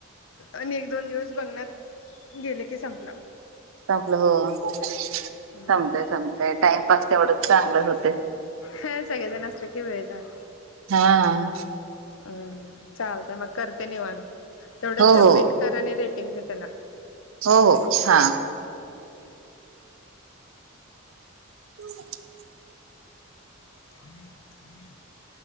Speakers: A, on the left; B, on the right.
A: आणि एक दोन बघण्यात गेले की संपलं.
B: संपलं हो संमतय
A: हम्म
B: संमतय टाइमपास तेवढंच चांगलंच होतयं.
A: ह सगळेजण असले की वेळ जातोय.
B: हां.
A: हम्म चालतयं मग करते निवांत तेवढं
B: हो
A: सबमिट
B: हो
A: कर आणि रेटिंग दे त्याला.
B: हो अच्छा. <unintelligible>
A: <unintelligible>